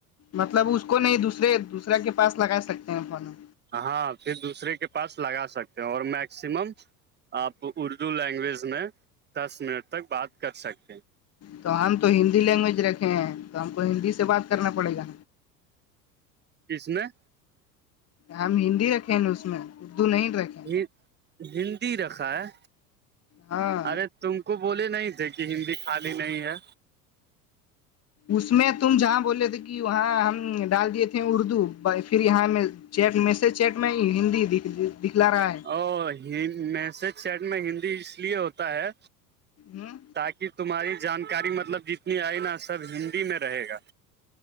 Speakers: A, on the left; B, on the right.
A: مطلب اس کو نہیں دوسرے دوسرے کے پاس لگا سکتے ہیں فون
B: ہاں پھر دوسرے کے پاس لگا سکتے ہیں اور میکسیمم آپ اردو لینگویج میں دس منٹ تک بات کر سکتے ہیں
A: تو ہم تو ہندی لینگویج رکھے ہیں تو ہم کو ہندی سے بات کرنا پڑے گا
B: کس میں
A: ہم ہندی رکھیں نا اس میں اردو نہیں رکھے
B: ہ ہندی رکھا ہے
A: ہاں
B: ارے تم کو بولے نہیں تھے کہ ہندی خالی نہیں ہے
A: اس میں تم جہاں بولے تھے کہ وہاں ہم ڈال دیے تھے اردو پھر یہاں میں چیٹ میسج چیٹ میں ہی ہندی دکھ دکھلا رہا ہے
B: او میسج چیٹ میں ہندی اس لیے ہوتا ہے
A: ہاں
B: تاکہ تمہاری جانکاری مطلب جتنی آئے نا سب ہندی میں رہے گا